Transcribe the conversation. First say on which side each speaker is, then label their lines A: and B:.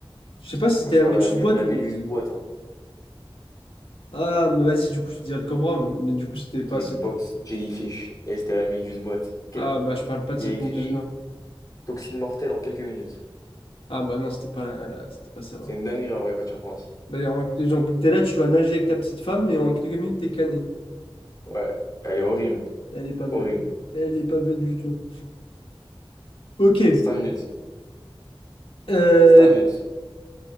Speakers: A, on the left; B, on the left.
A: Je sais pas si
B: Parce
A: c'était
B: que Moi, je
A: la
B: parle
A: méduse
B: de la, mé-
A: boîte
B: de la
A: ou...
B: méduse boîte, hein.
A: Ah, mais vas-y, du coup, je te dirais le cobra, mais du coup, c'était
B: et
A: pas
B: qui est
A: cette...
B: Box Jellyfish. Et c'était la méduse boîte. Quel-
A: Ah, bah, je parle pas de
B: Il
A: cette
B: y a écrit
A: méduse-là.
B: toxine mortelle en quelques minutes.
A: Ah, bah non, c'était pas, la- c'était pas ça.
B: C'est une dinguerie en vrai quand tu repenses.
A: bah en- genre, t'es là, tu vas nager avec ta petite femme et en quelques minutes, t'es cané.
B: Ouais, elle est horrible.
A: Elle est pas belle.
B: Horrible.
A: Elle est pas belle du tout. Ok.
B: cinq minutes.
A: Euh,
B: cinq minutes.